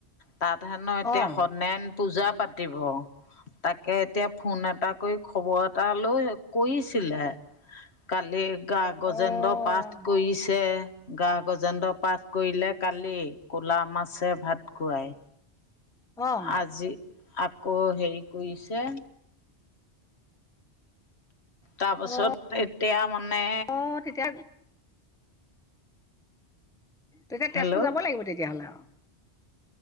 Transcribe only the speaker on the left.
তাত হেনো এতিয়া
সত্যনাৰায়ন পূজা পাতিব তাকে এতিয়া ফোন এটা কৰি খবৰ এটা লৈ কৰিছিলে কালি গা গজেন্দ্ৰৰ
পাঠ কৰিছে গা গজেন্দ্ৰৰ পাঠ কৰিলে কালি ক'লা মাছে ভাত খুৱায়।
আজি আকৌ হেৰি কৰিছে তাৰপাছত
এতিয়া মানে
হেল্ল'